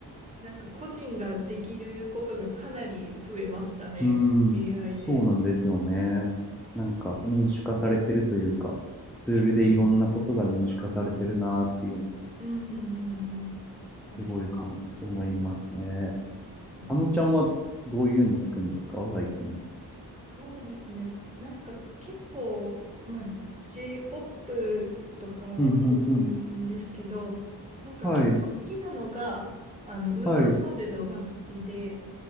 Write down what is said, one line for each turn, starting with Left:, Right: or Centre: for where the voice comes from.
Right: なんか個人ができることがかなり増えましたね。
Centre: うん。
Right: AI
Centre: そうなんですよね。
Right: で。
Centre: なんか民主化されてるというか、ツールでいろんなことが民主化されてるなーっていう
Right: はい。うんうんうんうん。
Centre: すごいかん、
Right: 確か
Centre: 思いますね。
Right: に。
Centre: あのちゃんはどういうの聞くんですか最近。
Right: えーそうですね。なんか結構、まあ、J-POP とかは多いんですけど、
Centre: うん、うん、うん。
Right: なんか結構好きなのが、
Centre: はい、
Right: あの、ウーバーワールドが好きで、
Centre: はい。